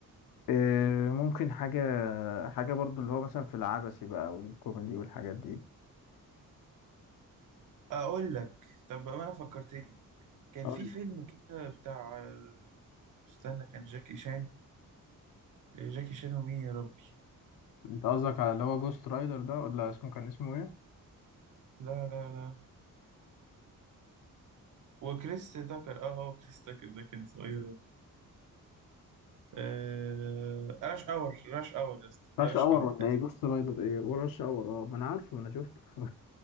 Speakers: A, on the left (about 80°); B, on the right (about 65°).
A: إيه ممكن حاجة حاجة برضو اللي هو مثلا في العبثي بقى والكوميدي والحاجات دي
B: اقول لك طب بقى انا فكرتني كان
A: قول
B: في
A: لي
B: فيلم كده بتاع استنى كان جاكي شان جاكي شان ومين يا ربي
A: انت قصدك على اللي هو جوست رايدر ده ولا اسمه كان اسمه ايه؟
B: لا لا لا وكريس تاكر اه هو كريس تاكر ده كان اسمه إيه يا ربي آه... راش اور راش اور يا اسطى
A: راش
B: راش
A: اور
B: اور
A: ولا
B: قديم
A: ايه جوست رايدر ايه وراش اور اه ما انا عارفه ما انا شفته <laughs>